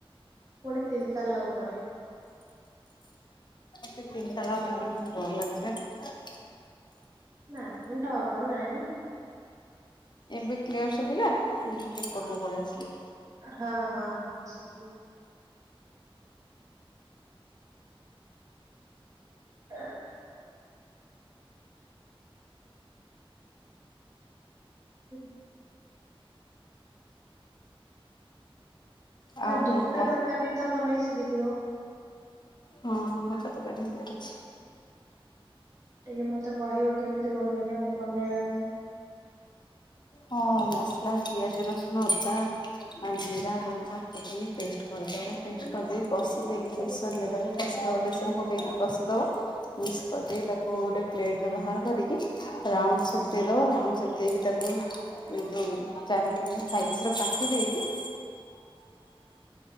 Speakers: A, on the right; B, on the left.
A: ପୁଣି ତିନି ତାଲା ଉପରେ
B: ସେ ତିନିତାଲା ଉପରେ ବୁଲୁଛନ୍ତି ଡର ଲାଗୁଛି ପା
A: ନାଁ, ଡର ନାହିଁ।
B: ଏବେ କ୍ଲିୟର ଶୁଭିଲା? ମୁଁ ଟିକେ ଏପଟକୁ ପଳେଇ ଆସିଲି।
A: ହଁ, ହଁ, ହଁ ସୁବି ଏ ହଁ,
B: ଆଉ
A: ଏ ଧୋକ୍କା
B: କଣ କହ
A: ତରକାରୀ ତ ବନେଇ ଶିଖିଥିବ?
B: ହଁ, ଧୋକା ତରକାରୀ ବନେଇ ଶିଖିଛି।
A: ଟିକେ ମତେ କହିବ, କେମିତି ବନେଇବ, ବନେଇବା କଥା?
B: ହଁ, ମସଲା ପିଆଜ ରସୁଣ ଅଦା ଆ ଜିରା ଲଙ୍କା ପକେଇକି ପେଷ୍ଟ କରିଦେବ। ପେଷ୍ଟ କରିଦେଇି କଷି ଦେଇକି ବେସନରେ ତାକୁ କଷିଦବ, ବେସନ ପକେଇକି କଷିଦବ। ମିକ୍ସ କରିଦେଇ ତାକୁ ଗୋଟେ ପ୍ଲେଟ ରେ ବାହାର କରିକି ରାଉଣ୍ଡ ସେଟ ଦେଇଦବ। ରାଉଣ୍ଡସେଟ ଦେଇକି ତାକୁ, ଓ, ଏ ଯୋଉ ଚାରିକଣିଆ ସାଇଜ ର କାଟି ଦେଇକି